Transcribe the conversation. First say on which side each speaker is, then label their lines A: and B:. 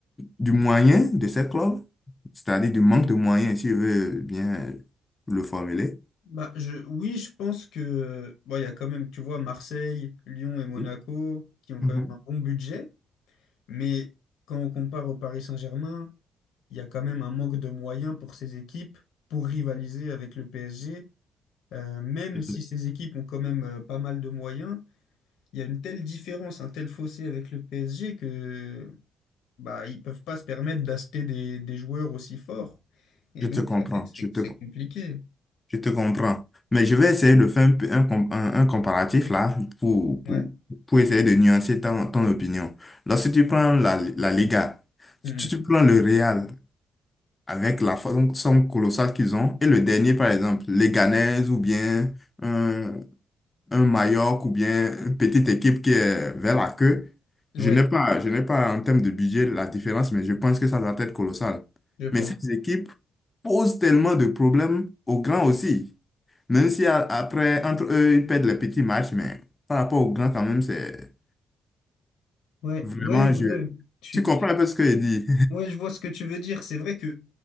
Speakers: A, on the left; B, on the left.
A: du moyen de ces clubs, c'est-à-dire du manque de moyens, si je veux bien le formuler.
B: bah je oui je pense que euh, bon il y a quand même tu vois Marseille, Lyon et Monaco
A: Oui.
B: qui ont quand
A: Mhm.
B: même un bon budget, mais quand on compare au Paris Saint-Germain, il y a quand même un manque de moyens pour ces équipes pour rivaliser avec le PSG. Euh, même
A: Je
B: si
A: te
B: ces équipes ont quand même euh, pas mal de moyens, il y a une telle différence, un tel fossé avec le PSG que bah ils peuvent pas se permettre d'acheter des, des joueurs aussi forts. Et
A: je
B: donc
A: te comprends,
B: ça fait que c'est
A: je te
B: c'est compliqué.
A: Je te comprends. Mais je vais essayer de faire un, peu- un, com- un- un comparatif là pour, pour,
B: Ouais.
A: pour essayer de nuancer ton, ton opinion. Lorsque tu prends la, la Liga,
B: Mhm.
A: si tu prends le Real avec la forme somme colossale qu'ils ont, et le dernier par exemple, Leganés ou bien un, un Mallorca ou bien une petite équipe qui est vers la queue,
B: Ouais,
A: je n'ai pas, je n'ai pas en termes de budget la différence, mais je pense que ça doit être colossal.
B: je pense.
A: Mais ces équipes posent tellement de problèmes aux grands aussi. Même si a- après, entre eux, ils perdent les petits matchs, mais par rapport aux grands, quand même, c'est
B: Ouais,
A: vraiment
B: ouais, ouais.
A: je.
B: Tu...
A: Tu comprends un peu ce que je dis?
B: Ouais, je vois ce que tu veux dire. C'est vrai que,